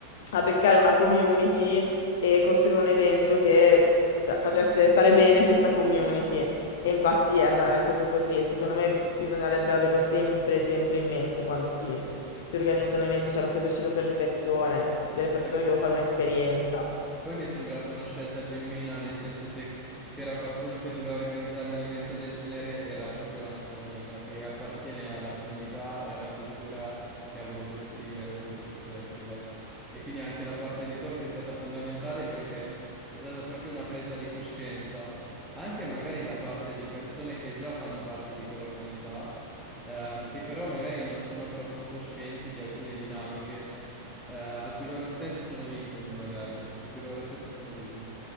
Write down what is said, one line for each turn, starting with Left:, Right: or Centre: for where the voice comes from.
Left: a beccare una community e costruire un evento che cioè, facesse stare bene questa community. E infatti è, and- è stato così e secondo me bisognerebbe averlo sempre, sempre in mente quando si si
Centre: esatto.
Left: organizza un evento, cioè lo stai facendo per le persone, delle
Centre: Sì, sì,
Left: persone che devo fare un'esperienza.
Centre: esatto. E poi mi è sembrata una scelta genuina, nel senso se c'era qualcuno che doveva organizzare un evento del genere era proprio la nostra amica, che appartiene alla comunità e alla cultura che ha voluto esprimere con questo festival. E quindi anche la parte di talk è stata fondamentale perché c'è stata proprio una presa di coscienza, anche magari da parte di persone che già fanno parte di quella comunità, ehm, che però magari non sono troppo coscienti di alcune dinamiche eh, a cui loro stessi sono vittime, magari, di cui loro stessi sono vittime.